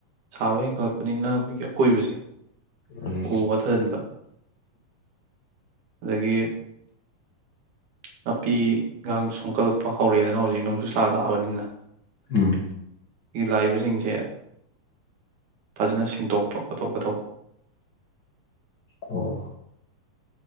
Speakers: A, on the right; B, on the left.
A: ꯁꯥꯕ ꯍꯦꯟꯒꯠꯂꯛꯄꯅꯤꯅ ꯑꯩꯈꯣꯏꯒꯤ ꯑꯀꯣꯏꯕꯁꯦ
B: ꯎꯝ
A: ꯑꯣ ꯋꯥ ꯊꯖꯟꯕ ꯑꯗꯒꯤ ꯅꯥꯄꯤ <unintelligible> ꯁꯣꯛꯀꯠꯂꯛꯄ ꯍꯧꯔꯦꯅ ꯍꯧꯖꯤꯛ ꯅꯨꯡꯁꯨ ꯊꯥ ꯂꯥꯛꯑꯕꯅꯤꯅ
B: ꯎꯝ
A: ꯁꯤ ꯂꯥꯛꯏꯕꯁꯤꯡꯁꯦ ꯐꯖꯅ ꯁꯦꯡꯗꯣꯛꯄ ꯈꯣꯠꯇꯣꯛꯄ ꯇꯧꯕ
B: ꯑꯣ